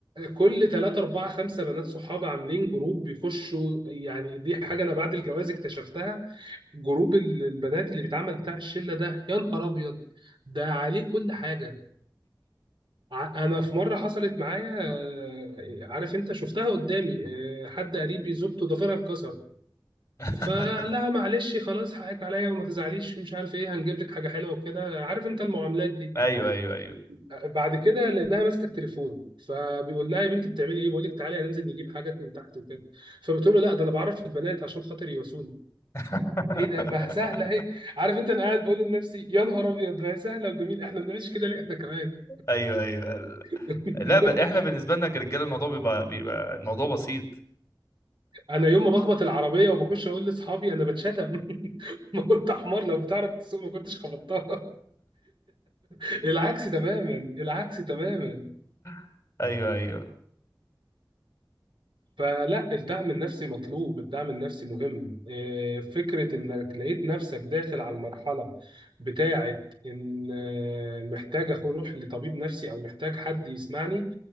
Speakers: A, on the right; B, on the left.
A: كل 3 4 5 بنات صحاب عاملين جروب بيخشوا يعني دي حاجه انا بعد الجواز اكتشفتها جروب ال- البنات اللي بيتعمل بتاع الشله ده يا نهار ابيض ده عليه كل حاجه ع- انا في مره حصلت معايا آه، عارف انت شفتها قدامي آه، حد قريبي زوجته ضفيرها اتكسر
B: <laughs>
A: فقال لها معلش خلاص حقك عليا وما تزعليش مش عارف ايه هنجيب لك حاجه حلوه وكده عارف انت المعاملات دي
B: ايوه ايوه ايوه
A: بعد كده لانها ماسكه التليفون فبيقول لها يا بنتي بتعملي ايه بقول لك تعالي هننزل نجيب حاجات من تحت وكده فبتقول له لا ده انا بعرف البنات عشان خاطر يواسوني
B: <laughs>
A: ايه ده ما سهله اهي عارف انت انا قاعد بقول لنفسي يا نهار ابيض ما هي سهله وجميل احنا ما بنعملش كده ليه احنا كمان
B: ايوه ايوه
A: <laughs>
B: لا ب... احنا بالنسبة لنا كرجاله الموضوع بيبقى بيبقى الموضوع بسيط
A: انا يوم ما بخبط العربيه وبخش اقول لاصحابي انا بتشتم <laughs> ما كنت حمار لو بتعرف تسوق ما كنتش خبطتها <laughs> العكس تماما العكس تماما
B: <laughs> ايوه ايوه
A: فلا الدعم النفسي مطلوب الدعم النفسي مهم إيه، فكرة انك لقيت نفسك داخل على المرحلة بتاعة ان آه، محتاج اروح لطبيب نفسي او محتاج حد يسمعني